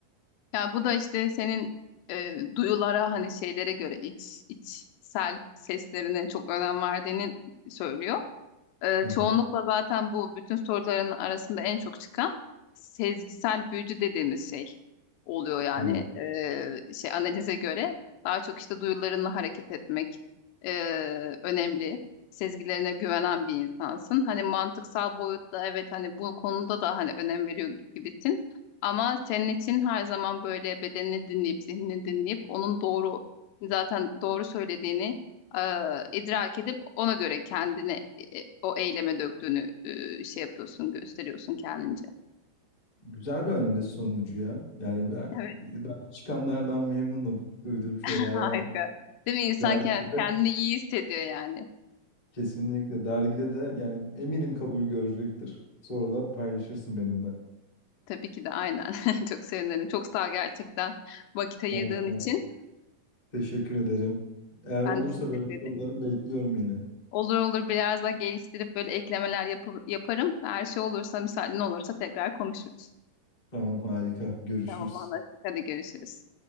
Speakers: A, on the left; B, on the left.
A: Yani bu da işte senin e, duyulara hani şeylere göre iç, içsel seslerine çok önem verdiğini söylüyor. Ee,
B: Aha,
A: çoğunlukla zaten bu bütün soruların arasında en çok çıkan sezgisel büyücü dediğimiz şey oluyor yani
B: Evet.
A: Ee, şey analize göre daha çok işte duyularınla hareket etmek e, önemli. Sezgilerine güvenen bir insansın. Hani mantıksal boyutta evet hani bu konuda da hani önem veriyor gibisin. Ama senin için her zaman böyle bedenini dinleyip zihnini dinleyip onun doğru zaten doğru söylediğini e, idrak edip ona göre kendini e, o eyleme döktüğünü e, şey yapıyorsun, gösteriyorsun kendince.
B: Güzel bir analiz sonucu ya. Yani ben,
A: Evet,
B: ben çıkanlardan memnunum. Duyduğum şeylerden.
A: <laughs> harika. Değil mi? İnsan
B: Dergide
A: kend- kendini
B: de
A: iyi hissediyor yani.
B: kesinlikle. Dergide de yani eminim kabul görecektir. Sonra da paylaşırsın benimle.
A: Tabii ki de aynen. <laughs> Çok sevinirim. Çok sağ ol gerçekten vakit ayırdığın
B: Tamam, tamam.
A: için.
B: Teşekkür ederim. Eğer
A: Ben
B: olursa
A: de teşekkür
B: böyle
A: ederim.
B: sorularım bekliyorum yine.
A: Olur olur biraz daha geliştirip böyle eklemeler yapı- yaparım. Her şey olursa, müsaaden olursa tekrar konuşuruz.
B: Tamam harika. Görüşürüz.
A: Tamam anlaştık. Hadi görüşürüz.